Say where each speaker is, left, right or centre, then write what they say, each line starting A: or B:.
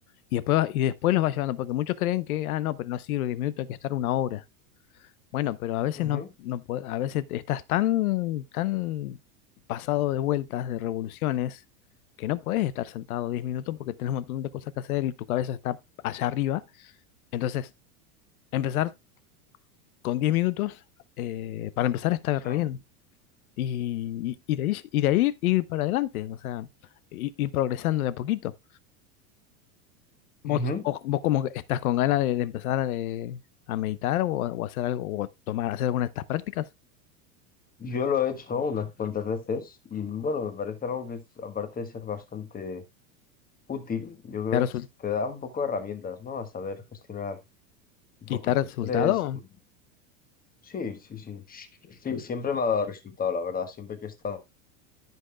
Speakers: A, on the left (about 80°); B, on the left (about 20°).
A: Y después, va- y después los vas llevando, porque muchos creen que, ah, no, pero no sirve 10 minutos, hay que estar una hora. Bueno, pero a veces
B: Ujú,
A: no, no po- a veces estás tan, tan pasado de vueltas, de revoluciones, que no puedes estar sentado 10 minutos porque tenés un montón de cosas que hacer y tu cabeza está allá arriba. Entonces, empezar con 10 minutos, eh, para empezar, está
B: sí.
A: re bien. Y, y- y de ahí, y de ahí ir para adelante, o sea, i- ir, progresando de a poquito. ¿Vos,
B: ujú.
A: vos, vos como que estás con ganas de, de empezar eh, a meditar o, o hacer algo, o tomar, hacer alguna de estas prácticas?
B: Yo lo he hecho unas cuantas veces y bueno, me parece algo que es, aparte de ser bastante útil, yo creo
A: ¿Te ha
B: que
A: resul-
B: es- te da un poco de herramientas, ¿no? A saber gestionar un poco
A: ¿Y te ha resultado?
B: tu estrés. tu- Sí, sí, sí. Sí, siempre me ha dado resultado, la verdad. Siempre que he estado